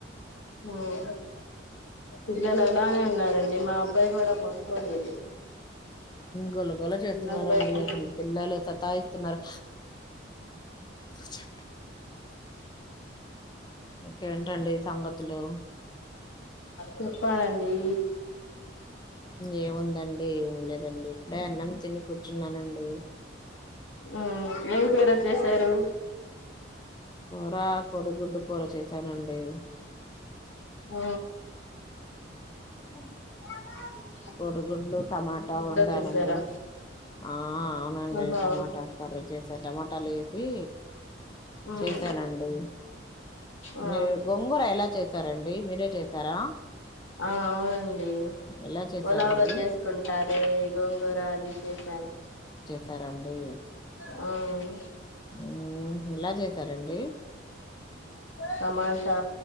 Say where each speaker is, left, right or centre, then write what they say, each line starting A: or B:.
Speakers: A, on the left; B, on the left.
A: ఉమ్ పిల్లలు అలానే ఉన్నారండి మా అబ్బాయి కూడా పంకోలేదు
B: గొల గొల చేస్తున్నారండి
A: అబ్బాయికి
B: అసలు పిల్లలు సతాయిస్తున్నారు స చెక్ కేంటండి సంగతులు
A: చెప్పనండి
B: ఏముందండి ఏమి లేదండి అప్పుడే అన్నం తిని కూర్చున్నానండి
A: ఉమ్ ఏం కూర చేశారు
B: కూరా కొడ గుడ్డు కూర చేశానండి
A: ఓ
B: మ్మ్
A: అ
B: కొడుగుళ్ళలు టమాటా వండాలండి
A: చేసారా
B: ఆ అవునండి
A: ఓహో
B: టమాటా కర్రీ చేసారు టమాటాలు వేసి
A: ఉమ్
B: చేశానండి
A: ఆ
B: మీరు గొంగూర ఎలా చేస చస్తారండి మీరే చేసారా
A: ఆ అవును ది
B: ఎలా చేసారండి
A: పొలావ లో చేసుకుంటార గోంగూర అది చేసాను
B: సరండి
A: మ్మ్
B: మ్మ్ ఇలా చే స్తారంండి
A: టమాటా